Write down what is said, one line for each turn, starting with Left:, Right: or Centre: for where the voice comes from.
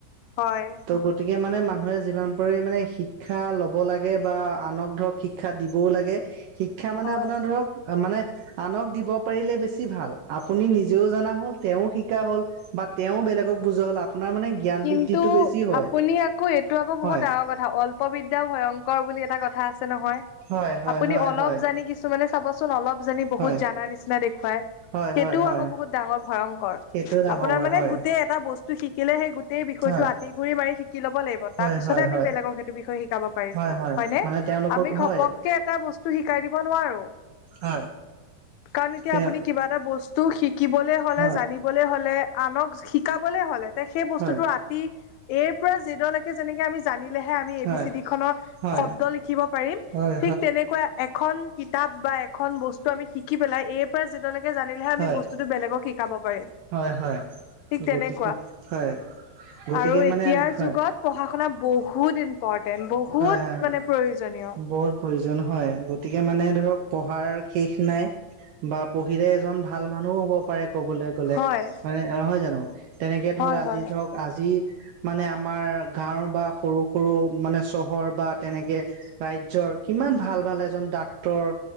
Left: হয়
Right: ত' গতিকে মানে মানুহে- যিমান পাৰে মানে শিক্ষা লব লাগে, বা আনক ধৰক শিক্ষা দিবও লাগে। শিক্ষা মানে
Left: হয়।
Right: আপোনাৰ ধৰক মানে- আনক দিব পাৰিলে বেছি ভাল আপুনি নিজেও জনা হল তেও শিকা হল। বা তেওঁ বেলেগক বুজোৱা হ'লে আপোনাৰ মানে- জ্ঞান
Left: কিন্তু
Right: বৃদ্ধিটো বেছি হয়
Left: আপুনি আ- আকৌ এইটো আকৌ বহুত
Right: হয়
Left: ডাঙৰ কথা অল্প বিদ্যা ভয়ংকৰ বুলি এটা কথা আছে নহয়।
Right: হয় হয়
Left: আপুনি
Right: হয়
Left: অলপ
Right: হয়
Left: জানি কিছুমানে চাবচোন অলপ জানি বহুত
Right: হয়
Left: জানা নিচিনা দেখুৱাই।
Right: হয়
Left: সেইটোও
Right: হয় হয়
Left: আকৌ বহুত ডাঙৰ ভয়ংকৰ
Right: সেইটো ডাঙৰ
Left: আপোনাৰ
Right: বৰ
Left: মানে
Right: হয়
Left: গোটেই এটা বস্তু শিকিলে সেই গোট- সেই বিষয়টো
Right: হয়
Left: আতিগুৰি মাৰি শিকি লব লাগিব
Right: হয়
Left: তাৰ পিছতহে
Right: হয়
Left: আমি
Right: হয়
Left: বেলেগক সেইটো বিষয় শিকাব পাৰিম।
Right: হয় হয়
Left: হয়নে
Right: মানে তেওঁলোকক
Left: আমি
Right: হয়
Left: ঘপক- কে এটা বস্তু শিকাই দিব নোৱাৰো
Right: হয়
Left: কাৰণ এতিয়া
Right: তেওঁ
Left: আপুনি কিবা এটা বস্তু- তটো শিকিবলৈ হ'লে
Right: হয়
Left: জানিবলৈ হ'লে আনক শিকাবলে হ'লে তে সেই বস্তুটো
Right: হয়
Left: আত- তী এ ৰ পৰা জেড ৰ লৈ - যেনেকে আমি জানিলেহে আমি এ
Right: হয়
Left: বি চি ডি খনৰ
Right: হয়
Left: শব্দ লিখিব পাৰিম
Right: হয় হয়
Left: ঠিক তেনেকুৱা- এখন কিতাপ বা এখন বস্তু আমি শিকি পেলাই এই- যিয়ালৈকে জানিলেহে আমি
Right: হয়
Left: বস্তুটো বেলেগক শিকাব পাৰিম
Right: হয় হয়
Left: ঠিক তেনেকুৱা।
Right: গতিকে হয়। গতিকে
Left: আৰু এতিয়াৰ
Right: মানে হয়
Left: যুগত পঢ়া শুনা বহুত ইম্পৰটেণ্ট বহুত
Right: হয় হয়
Left: মানে প্ৰয়োজনীয়।
Right: বহুত প্ৰয়োজন হয় গতিকে মানে ধৰক পঢ়াৰ শেষ নাই। বা পঢ়িলে এজন ভাল মানুহও হব পাৰে কবলৈ গলে
Left: হয়
Right: হয়নে অ হয় জানো। তেনেকে ধৰক
Left: হয়
Right: আজি
Left: হয়
Right: ধৰক আজি মানে আমাৰ গাঁওৰ বা সৰু সৰু মানে স- চহৰ বা তেনেকে ৰাজ্যৰ কিমান ভাল ভাল এজন ডাক্তৰ-